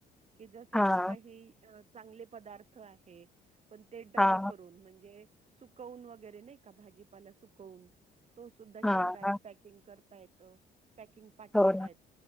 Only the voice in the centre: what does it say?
हा
हा
हा
हा
हो ना